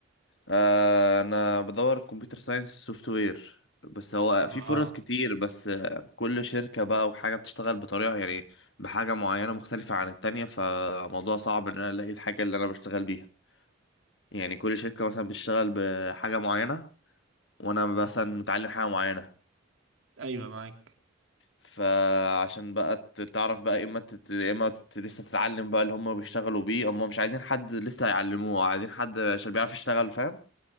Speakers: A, on the left (about 65°); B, on the right (about 85°).
A: آه انا بدور كمبيوتر ساينس سوفت وير بس هو
B: اه
A: في فرص كتير بس آه، كل شركة بقى وحاجة بتشتغل بطريقة يعني بحاجة معينة مختلفة عن التانية فموضوع صعب ان انا الاقي الحاجة اللي انا بشتغل بيها يعني كل شركة مثلا بتشتغل بحاجة معينة وأنا مثلا متعلم حاجة معينة
B: ايوه معاك
A: فعشان بقى ت- تعرف بقى يا إما تت... يا إما ت... لسه تتعلم بقى اللي هم بيشتغلوا بيه هم مش عايزين حد لسه هيعلموه عايزين حد عشان بيعرف يشتغل فاهم